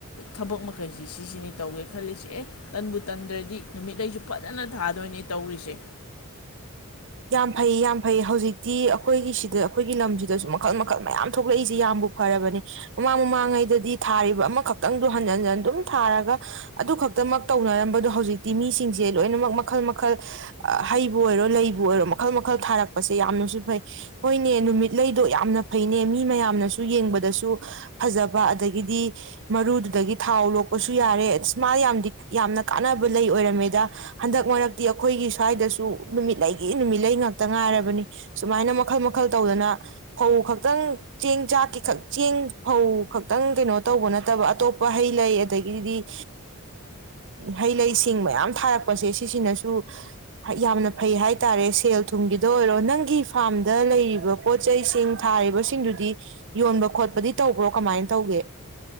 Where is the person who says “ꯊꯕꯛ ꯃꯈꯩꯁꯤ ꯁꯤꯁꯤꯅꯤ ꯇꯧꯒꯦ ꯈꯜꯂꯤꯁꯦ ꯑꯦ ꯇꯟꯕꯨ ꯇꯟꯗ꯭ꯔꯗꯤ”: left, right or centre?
Left